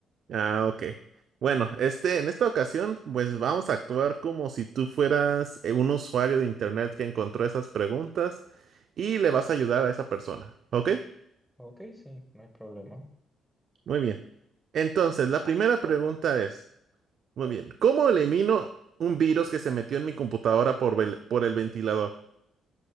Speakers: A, on the right; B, in the centre.
A: Ah, ok. Bueno, este, en esta ocasión, pues vamos a actuar como si tú fueras eh, un usuario de internet que encontró esas preguntas y le vas a ayudar a esa persona. ¿Ok?
B: Ok, sí, no hay problema.
A: Muy bien. Entonces, la primera pregunta es, muy bien, ¿cómo elimino un virus que se metió en mi computadora por, vel- por el ventilador?